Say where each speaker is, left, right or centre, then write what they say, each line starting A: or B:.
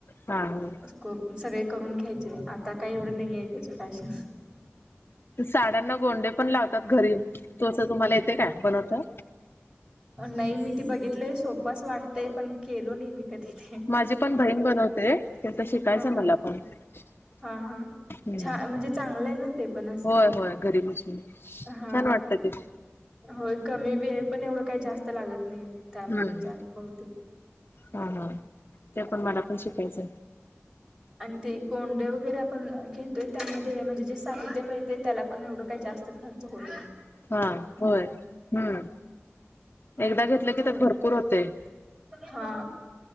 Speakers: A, on the left; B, on the right.
A: हा ह
B: स्कोप सगळे करून घ्यायचे. आता काय एवढे नय ये त्याची फॅशन
A: साड्यांना गोंडे पण लावतात घरी तसं तुम्हाला येतय काय बनवता.
B: नाई मी ते बघितलय, सोपं असं वाटतंय, पण केलो नय मी कधी ते
A: माझी पण बहीण बनवते ते तर
B: हा हा
A: <unintelligible>
B: हा हा
A: हम्म
B: छा म्हणजे चांगलं ये ना, ते पण असं
A: होय होय घरी बसून
B: हा,
A: छान वाटतं ते
B: होय. कमी वेळ पण एवढं काय जास्त लागत नाही. त्यामध्ये
A: हम्म,
B: जास्त बहुतेक
A: हा हा ते पण मला पण शिकायचंय.
B: आणि ते गोंडे वगैरे आपण घेतोय, त्यामध्ये म्हणजे जे साहित्य मिळतय, त्याला पण एवढं काय जास्त खर् र्च होत नाय.
A: हा, होय, हम्म एकदा घेतलं की
B: थोडं
A: त्यात भरपूर होतय.
B: हा.